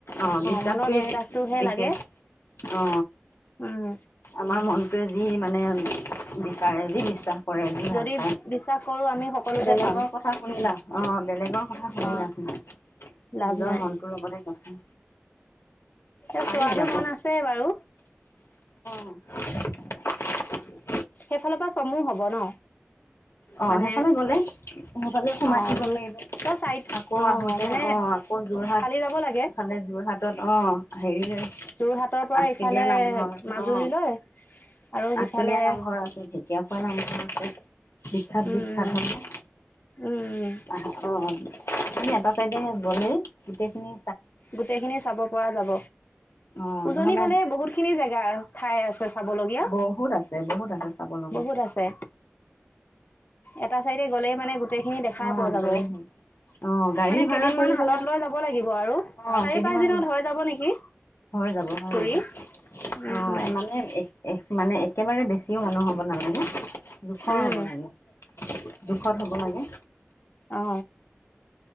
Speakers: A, on the left; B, on the left.
A: অ বিশ্বাসটোৱে
B: মনৰ বিশ্বাসটোহে
A: বিশেষ
B: লাগে
A: অ
B: উম
A: আমাৰ মনটোৱে যি মানে বিচাৰে যে বিশ্বাস কৰে যি
B: যদি
A: ভাল
B: বিশ্বাস কৰো আমি সকলোতে
A: বেলেগৰ
B: পাম
A: কথা শুনিলা অ বেলেগৰ কথা শুনিলা
B: অ
A: নিজৰ
B: লাভ নাই
A: মনটোৰ লগতে কথা
B: এ
A: পাৰি
B: চোৱাটো
A: যাব
B: মন আছে বাৰু
A: <unintelligible>
B: সেইফালৰ পৰা চমু হব ন
A: অ
B: মানে
A: সেইফালে গ'লে সেইফালে সোমাই
B: অ',
A: দিব
B: যোৰ
A: পাৰিব
B: ত চাইড
A: আকৌ আহোতে
B: মানে
A: অ আকৌ যোৰহাট
B: ফালি যাব লাগে
A: ইফালে যোৰহাটত অ হেৰি যে
B: যোৰহাটৰ পৰা
A: আঠখেলীয়া
B: ইফালে
A: নামঘৰ
B: মাজুলীলৈ
A: অ
B: আৰু সিফালে
A: আঠখেলীয়া নামঘৰ
B: উম,
A: আছে ঢেকীয়াখোৱা নামঘৰ <unintelligible> বিখ্যাত
B: উম,
A: বিখ্যাত হলে ন
B: উম, উম,
A: আহ অ তুমি এটা চাইডে বলে গোটেই খিনি
B: গোটেই খিনি চাব পৰা যাব
A: অ
B: উজনি
A: নহ'লে
B: ফালে বহুত খিনি জেগা ঠাই আছে চাবলগীয়া
A: বহুত আছে বহুত আছে চাব লগা
B: বহুত আছে এটা চাইডে গ'লে মানে গ গোটেইখিনি দেখাই
A: অ
B: পোৱা যাব
A: গ'লেই হ'ল অ গাড়ী
B: মানে
A: ভাড়া
B: কেইদিনমান
A: কৰি
B: হাতত
A: গ'লে
B: লৈ যাব লাগিব আৰু
A: অ
B: চাৰি
A: কেইদিনমান
B: পাঁচ দিনত হৈ যাব নেকি।
A: হৈ যাব হৈ
B: ঘূৰি
A: যাব
B: উম,
A: অ
B: উম,
A: মানে মানে একেবাৰে বেছিও মানুহ হ'ব নালাগে জোখৰ
B: উম,
A: হ'ব লাগে জোখত হ'ব লাগে
B: অ